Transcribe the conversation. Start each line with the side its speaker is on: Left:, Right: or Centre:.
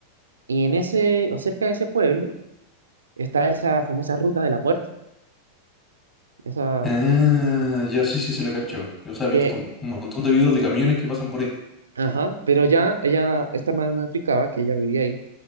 Right: Y en ese, o cerca de ese pueblo, está esa famosa ruta de la muerte, esa
Left: Ah, ya sí, sí, se lo cacho. Que os he visto
Right: que,
Left: un montón de videos de camiones que pasan por ahí.
Right: ajá, pero ya ella, esta hermana nos explicaba que ella vivía ahí,